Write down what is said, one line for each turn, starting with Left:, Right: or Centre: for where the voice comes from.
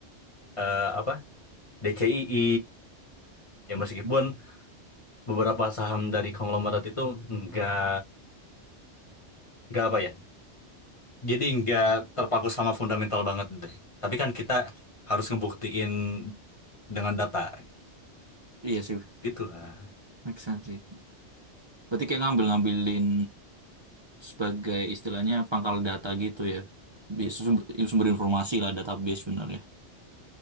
Left: eh, apa DCII ya meskipun
Right: Hmm.
Left: beberapa saham dari konglomerat itu nggak nggak apa ya jadi nggak terpaku sama fundamental banget deh tapi kan kita harus ngebuktiin dengan data
Right: Iya sih,
Left: gitu lah
Right: make sense sih. Berarti kayak ngambil-ngambilin sebagai istilahnya pangkal data gitu ya. Bi- Sumber, sumber informasi lah database bener ya.